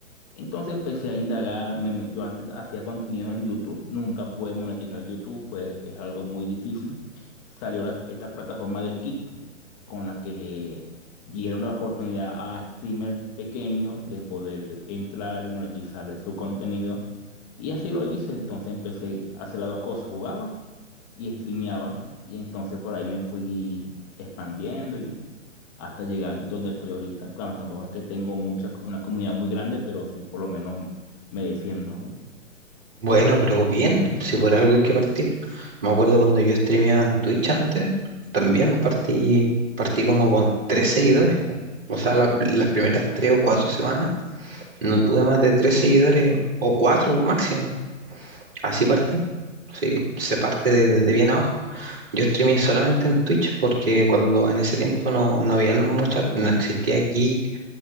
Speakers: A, on the left (about 30°); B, on the right (about 45°).
A: Entonces empecé a indagar, me- me- yo antes hacía contenidos en YouTube, nunca pude monetizar YouTube, fue, es algo muy difícil. Salió la- esta plataforma de Kick, con la que dieron la oportunidad a streamers pequeños de poder entrar y monetizar su contenido. Y así lo hice, entonces empecé a hacer las dos cosas, jugaba y streameaba, y entonces por ahí me fui expandiendo hasta llegar donde estoy ahorita. Claro, tampoco es que tengo mucha, una comunidad muy grande, pero sí por lo menos me defiendo.
B: Bueno, pero bien, si por algo hay que partir. Me acuerdo cuando yo streameaba en Twitch antes, también partí, partí como con tres seguidores. O sea, la- las primeras tres o cuatro semanas no tuve más de tres seguidores o cuatro máximo. Así partí. Sí, se parte de- desde bien abajo. Yo streameé solamente en Twitch porque cuando en ese tiempo no, no había mucha, no existía aquí